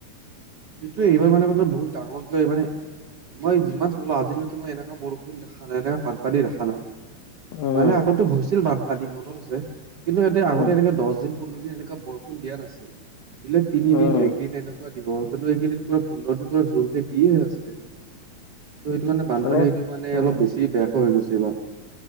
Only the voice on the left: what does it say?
উম
উম
উম
মানে
উম